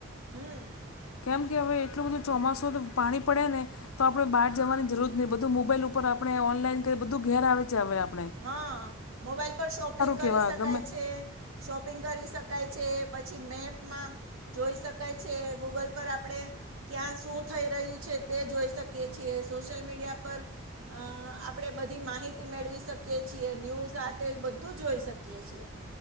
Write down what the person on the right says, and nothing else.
હમ
હા મોબાઈલ પર શોપિંગ કરી
શકાય
છે શોપિંગ કરી શકાય છે પછી મેપમાં જોઈ શકાય છે ગૂગલ પર આપડે ક્યાં શું થઈ રહ્યું છે તે જોઈ શકીએ છીએ સોશિયલ મીડિયા પર અ આપણેે બધી માહિતી મેળવી શકીએ ન્ય સાથે બધું જોઈ શકીએ છીએ